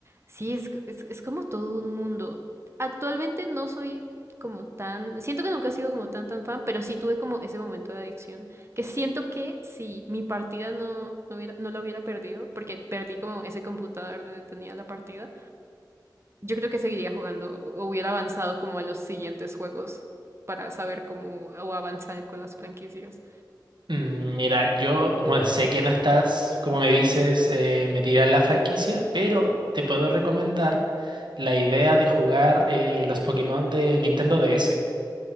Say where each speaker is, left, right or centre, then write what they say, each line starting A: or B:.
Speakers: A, on the right; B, on the right.
A: Sí, es, es, es como todo un mundo. Actualmente no soy como tan, siento que nunca he sido como tan tan fan, pero sí tuve como ese momento de adicción, que siento que si mi partida no, no hubiera, no la hubiera perdido, porque perdí como ese computador donde tenía la partida, yo creo que seguiría jugando o hubiera avanzado como a los siguientes juegos para saber cómo o avanzar con las franquicias.
B: Mm, Mira, yo, bueno, sé que no estás, como me dices, eh, metida en la franquicia, pero te puedo recomendar la idea de jugar eh, los Pokémon de Nintendo DS.